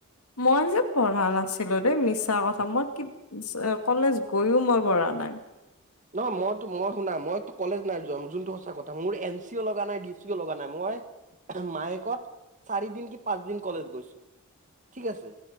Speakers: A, on the left; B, on the right.
A: মই যে পঢ়া নাছিলো। মিছা কথা মই কলেজ গৈও মই পৰাঢ়া নাই
B: নহয় মইো মই শুনা মইতো কলেজ নাই যোৱা যোনটো সঁচা কথা মোৰ এন চি অ লগা নাই ডি চি অ লগা নাই মই মায়েকত চাৰি দিন কি পাঁচ দিন কলেজ গৈছো ঠিক আছে